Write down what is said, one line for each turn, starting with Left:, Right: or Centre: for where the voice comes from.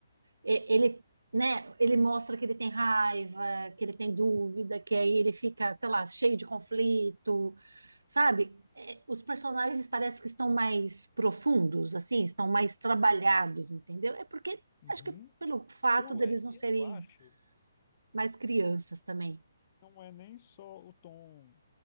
Right: e- ele, né, ele mostra que ele tem raiva, que ele tem dúvida, que aí ele fica, sei lá, cheio de conflito, sabe? É, os personagens parece que estão mais profundos, assim, estão mais trabalhados, entendeu? É porque
Left: Uhum.
Right: acho que pelo fato
Left: Eu,
Right: deles
Left: é,
Right: não
Left: eu
Right: serem
Left: acho que
Right: mais crianças também.
Left: não é nem só o tom